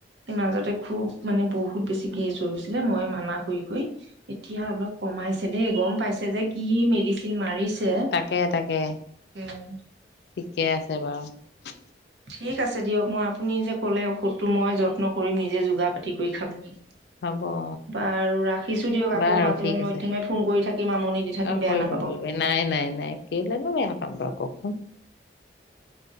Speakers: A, on the right; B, on the left.
A: মাজতে খুব মানে বহুত বেছি গেছ হৈ গৈছিলে মই মানা কৰি কৰি এতিয়া অলপ কমাইছে দেই গম পাইছে যে কি মেডিচিন মাৰিছ ছে
B: তাকে তাকে
A: উম
B: ঠিকে আছে বাৰু
A: ঠিক আছে দিয়ক মই আপুনি যে ক'লে ঔষধটো মই যত্ন কৰিম নিজে যোগাৰ পাতি কৰি খাবলৈ
B: হ'ব অ
A: বাৰু ৰাখিছো দিয়ক আকৌ
B: বাৰু
A: মাজে
B: ঠিক
A: মধ্যমে
B: আছে অ
A: ফোন কৰি থাকিম আমনি দি থাকিম বেয়া
B: কৰিব
A: নাপাব
B: কৰিব নাই নাই নাই কেলেইনো বেয়া পাম বাৰু কওকচোন।